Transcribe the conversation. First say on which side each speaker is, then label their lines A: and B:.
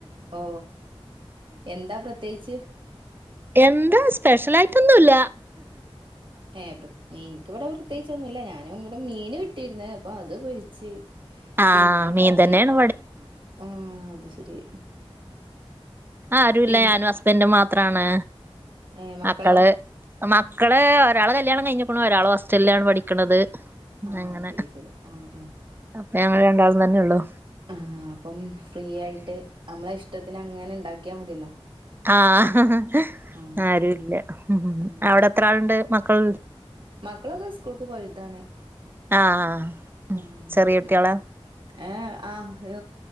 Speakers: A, on the right; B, on the right.
A: ഓ എന്താ പ്രെത്യേകിച്ച്?
B: എന്ത്‌ സ്പെഷ്യലായിട്ടൊന്നൂല്ല.
A: ഏഹ് പ്രെ ഇൻക്ക് വടെ പ്രെത്യേകിച്ചൊന്നൂല്ല. ഞാനും ഇവടെ മീന് - ഇട്ടിര്ന്നെ അപ്പൊ അത് പൊരിച്ച്,
B: ആഹ്
A: പിന്നെ
B: മീൻ
A: കറി
B: തന്നെയാണ്
A: ആഹ് അത് ശെരി.
B: ആരൂല്ല
A: പിൻ
B: ഞാനും ഹസ്ബന്റും മാത്രാണ്.
A: ഏ മക്കളോ
B: മക്കള് മക്കളെ ഒരാളെ കല്യാണം കൈഞ്ഞ്ക്ക്ണു ഒരാള് ഹോസ്റ്റൽലാണ് പഠിക്കണത്.
A: ആ
B: അങ്ങനെ
A: ശരി ശരി ആ ആ
B: അപ്പഞങ്ങള് രണ്ടാളുംതെന്നെള്ളു.
A: ആഹ് അപ്പം ഫ്രീയായിട്ട് നമ്മളെ ഇഷ്ടത്തിനങ്ങനെ ഇണ്ടാക്യാ മതിയല്ലോ.
B: ആഹ്
A: ആഹ്
B: ആരൂല്ല
A: ആഹ്
B: അവടെത്രാള്ണ്ട് മക്കൾ
A: മക്കളൊക്കെ സ്കൂൾക്ക് പോയതാണ്.
B: ആഹ്
A: ആഹ്
B: ചെറിയ കുട്ടികളാ
A: മ് ഏഹ് ആഹ്